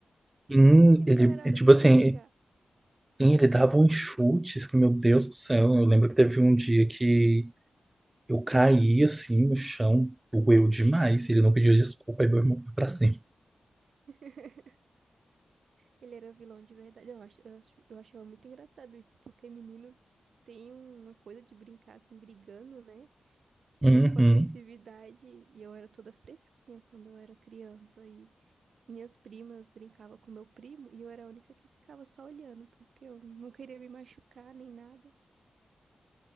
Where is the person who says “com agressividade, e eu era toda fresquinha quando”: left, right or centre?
Right